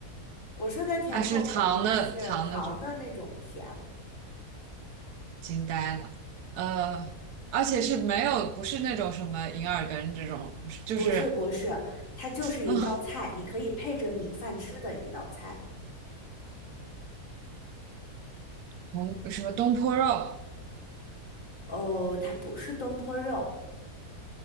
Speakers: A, on the left; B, on the right.
A: 我说的甜口可能是糖的那种甜，
B: 还是糖的糖的这种？惊呆了，呃，而且是没有，不是那种什么银耳羹这种，就是
A: 不是不是，它就是一道菜，
B: 嗯
A: 你可以配着米饭吃的一道菜。
B: 红什么东坡肉、
A: 哦，它不是东坡肉，